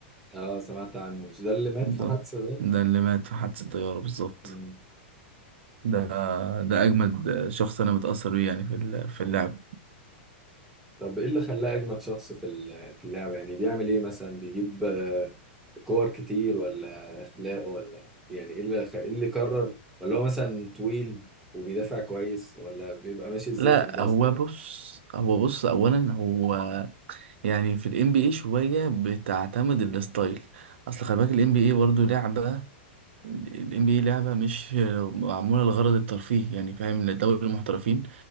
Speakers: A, in the centre; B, on the right.
A: اه سمعت عنه مش ده اللي مات
B: بالظبط
A: في حادثة دي
B: ده اللي مات في حادثه الطياره بالظبط
A: مم.
B: ده ده اجمد شخص انا متاثر بيه يعني في ال- في اللعب
A: طب ايه اللي خلاه اجمد شخص في ال- في اللعبة يعني بيعمل ايه مثلا بيجيب آه، كور كتير ولا اخلاق ولا يعني ايه اللي خ... إيه اللي قرر ولا هو مثلا طويل وبيدافع كويس ولا بيبقى ماشي ازاي
B: لا
A: في الباسكت
B: هو بص هو بص اولا هو يعني في الام بي اي شويه بتعتمد الستايل اصل خلي بالك الام بي اي برضه لعبه الام بي اي لعبه مش معموله لغرض الترفيه يعني فاهم لدوري المحترفين